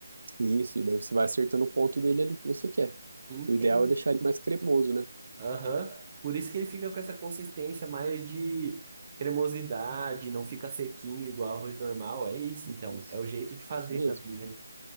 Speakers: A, on the right (about 65°); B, on the right (about 30°).
A: Isso, e daí você vai acertando o ponto dele ali que você quer.
B: Entendi.
A: O ideal é deixar ele mais cremoso, né?
B: Aham. Por isso que ele fica com essa consistência mais de cremosidade, não fica sequinho igual arroz normal. É isso, então.
A: Isso,
B: É o jeito de fazer
A: isso mesmo.
B: também, né?